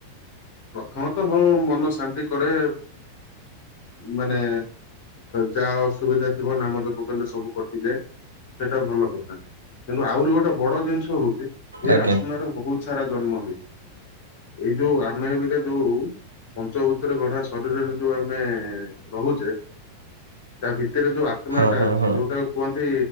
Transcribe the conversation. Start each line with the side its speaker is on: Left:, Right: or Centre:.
Left: ପ୍ରଥମତଃ ହଁ ମନ ଶାନ୍ତି କରେ। ମାନେ ଯାହା ଅସୁବିଧା ଥିବ ନାମ ଜପ କଲେ ସବୁ କଟିଯାଏ। ସେଇଟା ଭଲ କଥା। କିନ୍ତୁ ଆହୁରି ଗୋଟେ ବଡ ଜିନିଷ ହଉଚି ଯେ
Right: ଆଜ୍ଞା
Left: ଆତ୍ମାର ବହୁତ୍ ସାରା ଜନ୍ମ ହେଇଚି। ଏଇ ଯୋଉ ଆମେ ଏବିକା ଯୋଉ ପଞ୍ଚଭୂତରେ ଗଢା ଶରୀରରେ ଯୋଉ ଆମେ ରହୁଚେ ତା ଭିତରେ ଯୋଉ ଆତ୍ମାଟା
Right: ହଁ ହଁ
Left: ଅଛି।
Right: ହଁ
Left: ଯୋଉଟା କୁହନ୍ତି